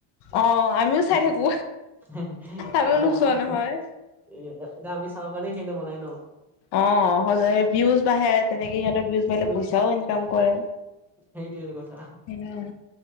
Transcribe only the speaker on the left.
অ আমিও
চাই থাকো আমিও নোচোৱা নহয়
অ'! সজাই, ভিউজ বাঢ়ে। তেনেকে, সিহঁতে ভিউজ বেলেগ
পইচাও ইনকাম কৰে।
উম!